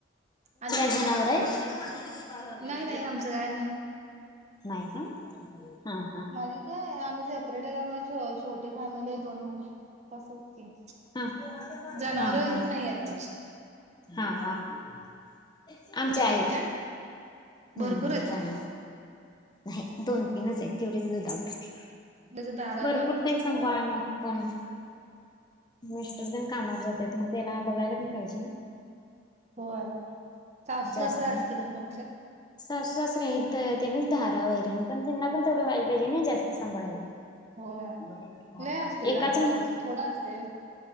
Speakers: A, on the right (about 35°); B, on the left (about 20°).
A: आणि काय म्हणताय?
B: जनावर आहेत?
A: नाही- नाही आमचं काय नाही.
B: नाही का? हा- हा.
A: माझी काय आम्ही सेपरेट आहे. त्यामुळ छो-छोटे फॅमिली आहे दोन मुलं तसच की <inaudible>
B: हा - <inaudible>
A: जनावर
B: हा-
A: वगैरे नाही आहेत आमची
B: हा- हा- आमच्या
A: तुझ्या
B: आहेत.
A: का
B: हं
A: भरपूर आहेत का
B: <unintelligible> नाही दोन, तीनच आहेत तेवढेच दुधापुरती
A: म्हणजे दारात
B: भरपूर
A: अन
B: ते सांभाळणार कोण? मिस्टर तेन कामावर जातात मग त्याला बघायला पण पाहिजे ना.
A: होय. सासू
B: जास्त
A: सासरे
B: ना <unintelligible>
A: असतील तुमचे
B: सासूसासरे हाइत. त्यांनीच धारा, वैरेण पण त्यांना पण तेवढं व्हायला पाहिजे नय जास्त सांभाळायला.
A: होय
B: <inaudible>
A: लय असते जनावरांचं
B: एकाच <inaudible>
A: थोडं असते